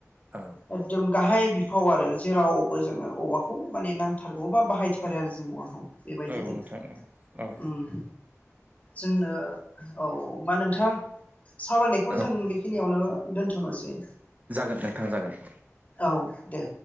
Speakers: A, on the right; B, on the left.
A: औ
B: एकदम गाहाय बि फाव आरो जेरावबो जोङो औवाखौ माने नांथारगौ बा बाहायथारो आरो जों औवाखौ बेबायदिनो
A: औ नोंथां औ औ
B: ओम जोंनो औ मा नोंथां सावरायनायखौ
A: औ
B: जों बे यावनो दोन्थ'नोसै।
A: जागोन नोंथां जागोन।
B: औ दे